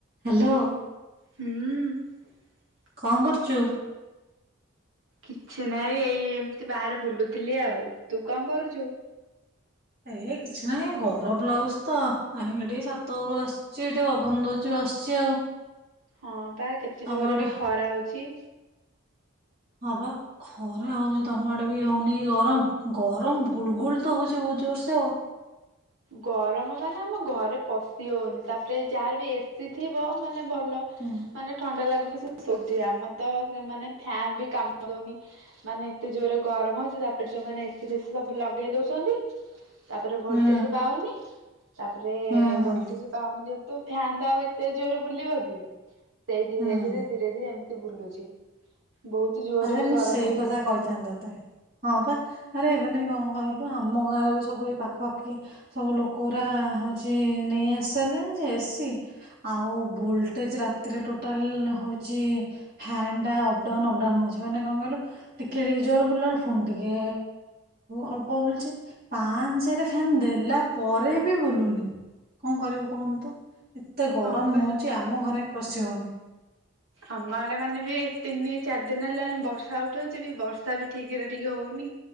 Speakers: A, on the right (about 45°); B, on the right (about 75°).
A: ହ୍ୟାଲୋ
B: ହୁଁ
A: କଣ କରୁଛୁ
B: କିଛି ନାଇଁ ଏଇ ଏମିତି ବାହାରେ ବୁଲୁଥିଲି ଆଉ ତୁ କଣ କରୁଛୁ?
A: ଏ କିଛି ନହିଁ ଗରମ ଲାଗୁଛି ତ ଆ ଟିକେ ସାତ ଘରୁ ଆସିଛି ଟିକେ ଅବନ ଦଉଛି ବସିଛି ଆଉ
B: ହଁ ବା କେତେ
A: ତମ
B: ଜୋରେ
A: ଆଡେ
B: ବି ଖରା ହଉଛି
A: ହଁବା ଖରା ହଉଛି ତମ ଆଡେ ବି ହଉନି କି ଗରମ ଗରମ ଗୁଳ ଗୁଳ ତ ହଉଛି ବହୁତ ଜୋରସେ ଆଉ
B: ଗରମ ମାନେ ଆମ ଘରେ ପଶି ହଉନି ତାପରେ ଯାହାର ବି ଏସି ଥିବ ମାନେ ଭଲ
A: ହୁଁ
B: ମାନେ ଥଣ୍ଡା ଲାଗୁଛି। ସୁଧ ଆମର ତ ମାନେ ଫାନ ବି କାମ ଦଉନି ମାନେ ଏତେ ଜୋରରେ ଗରମ ହଉଛି ତାପରେ ଯୋଉମାନେ ଏସି ଫସି ସବୁ ଲଗେଇ ଦଉଛନ୍ତି। ତାପରେ ଭୋଲଟେଜ
A: ହୁଁ
B: ପାଉନି ତାପରେ
A: ହୁଁ ହୁଁ।
B: ଭୋଲଟେଜ୍ ପାଉନି ଯେହେତୁ ଫ୍ୟାନ୍ ଟା ଆଉ ଏତେ ଜୋରେ ବୁଲିବ କି? ସେ ଧୀରେ
A: ହୁଁ।
B: ଧୀରେ ଧୀରେ ଏମିତି ବୁଲୁଛି ବହୁତ ଜୋରରେ
A: ଆରେ
B: ବି
A: ମୁଁ
B: ଗରମ
A: ସେଇ
B: ହଉଛି।
A: କଥା କହିଥାନ୍ତ ତତେ ହଁ ବା ଆରେ ଏବେ ନାଇ କଣ କହିଲୁ ଆମ ଗାଁରେ ବି ସବୁ ଏ ପାଖାପାଖି ସବୁ ଲୋକ ରା ହେଉଚି ନେଇ ଆସିଲେଣି ଯେ ଏସି ଆଉ ବୋଲଟ ତେ ରାତିରେ ଟୋଟାଲ ହଉଛି ଫ୍ୟାନ୍ ଟା ଅପଡାଉନ୍ ଅପଡାଉନ୍ ହଉଛି। ଯୋଉ ମାନେ କଣ କହିଲୁ ଟିକେ ରେଜର ବୁଲିଲା ବେଳେ ଫୁନ ଟିକେ ଅଳ୍ପ ବୁଲୁଚି ପାଞ୍ଚାର ଫ୍ୟାନ ଦେଲା ପରେ କେ ବୁଲୁନି କଣ କରିବୁ କହୁନୁ ତୁ ଏତେ ଗରମ
B: ହଁ ବା।
A: ହଉଛି ଆମ ଘରେ ପଶି ହୋଉନି
B: ଆମ ଆଡେ ମାନେ ବି ତିନି ଚାରି ଦିନ ହେଲାଣି ବର୍ଷା ଉଠଉଛି ବି ବର୍ଷା ବି ଠିକରେ ଟିକେ ହଉନି